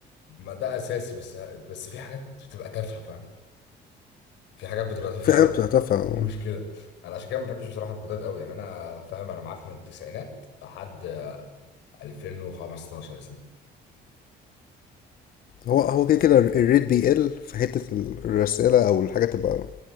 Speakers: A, on the left; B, on the left.
A: ما ده اساسي بس بس في حاجات بتبقى تافهه فاهم في حاجات بتبقى تافهه
B: في
A: قوي
B: حاجه بتبقى تافهه
A: دي المشكله انا عشان كده ما بحبش بصراحه الجداد قوي يعني انا فاهم انا معاك من التسعينات لحد 2015 يا سيدي
B: هو هو كده كده الريت بيقل في حته الرساله او الحاجه تبقى